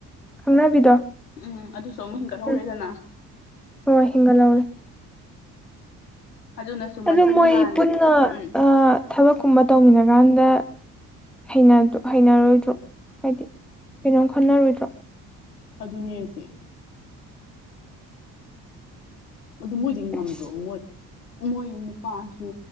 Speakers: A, in the centre; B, on the left.
A: ꯈꯪꯅꯕꯤꯗꯣ
B: ꯎꯝ ꯑꯗꯨꯁꯨ ꯑꯃꯨꯛ ꯍꯦꯟꯒꯠꯍꯧꯔꯦꯗꯅ
A: ꯎꯝ ꯍꯣꯏ ꯍꯤꯡꯒꯠꯂꯧꯔꯦ
B: ꯑꯗꯨꯅꯁꯨ ꯃꯆꯤꯟ
A: ꯑꯗꯨ ꯃꯣꯏ
B: ꯕꯥꯟ
A: ꯄꯨꯟꯅ
B: ꯎꯝ
A: ꯑ ꯊꯕꯛꯀꯨꯝꯕ ꯇꯧꯃꯤꯟꯅ ꯀꯥꯟꯗ ꯍꯩꯅ ꯍꯩꯅꯔꯣꯏꯗ꯭ꯔꯣ ꯍꯥꯏꯗꯤ ꯀꯩꯅꯣꯝ ꯈꯟꯅꯔꯣꯏꯗ꯭ꯔꯣ
B: ꯑꯗꯨꯅꯦꯁꯦ ꯑꯗꯨ ꯃꯣꯏꯗꯤ ꯉꯝꯗ꯭ꯔꯣ
A: ꯑꯁ
B: ꯃꯣꯏ ꯃꯣꯏ ꯅꯨꯄꯥꯁꯨ